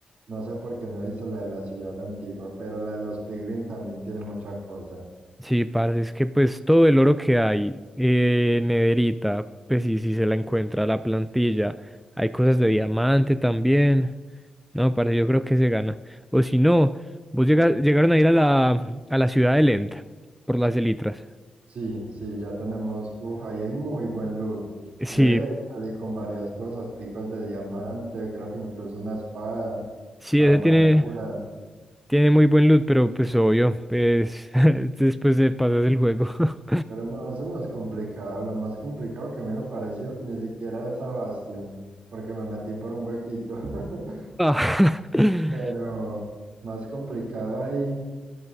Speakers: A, on the right; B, in the centre.
A: No sé por qué no he visto la de la ciudad antigua, pero la de los Piglin también tiene mucha cosa.
B: Sí, parce, es que pues todo el oro que hay, eh, en nederita, pues sí, sí se la encuentra la plantilla. Hay cosas de diamante también. No, parce, yo creo que se gana. O si no, vos llega- llegaron a ir a la, a la ciudad de Lent por las elitras.
A: Sí, sí, ya tenemos, uff, ahí hay muy buen loot.
B: Sí,
A: Yo de ahí salí con varias cosas, picos de diamante, creo que incluso una espada,
B: sí,
A: armadura,
B: ese tiene, tiene muy buen loot, pero pues obvio, pues <laughs> después de pasar el juego. <laughs>
A: pero no, eso no es complicado. Lo más complicado que a mí me pareció ni siquiera esa bastión, porque me metí por un huequito. <laughs>
B: Ah, <laughs>
A: Pero más complicado ahí,